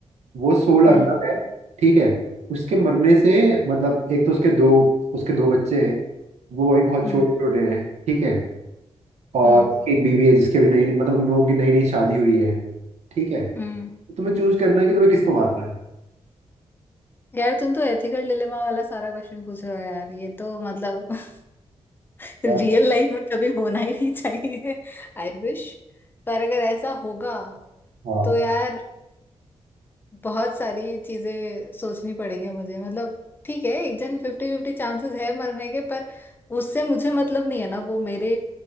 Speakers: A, on the right (about 85°); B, on the left (about 20°).
A: वो सोल
B: उम
A: अर्नब है ठीक है उसके मरने से मतलब एक तो उसके दो उसके दो बच्चे हैं वो अभी बहुत
B: उम
A: छोटे छोटे हैं ठीक है और
B: उम
A: उसकी एक बीवी है जिसकी अभी नई मतलब हम लोगों की नई नई शादी हुई है ठीक है तो
B: उम
A: तुम्हें चूज करना है कि तुम्हें किसको मारना है
B: यार तुम तो एथिकल डिलेमा वाला सारा क्वेश्चन पूछ रहे हो यार ये तो मतलब <laughs>
A: यार
B: रियल लाइफ में कभी होना ही नहीं चाहिए I wish पर अगर ऐसा होगा
A: हाँ
B: तो यार बहुत सारी चीजें सोचनी पड़ेंगी मुझे मतलब ठीक है एक जन फिफ्टी फिफ्टी चांसेस है मरने के पर उससे मुझे मतलब नहीं है ना वो मेरे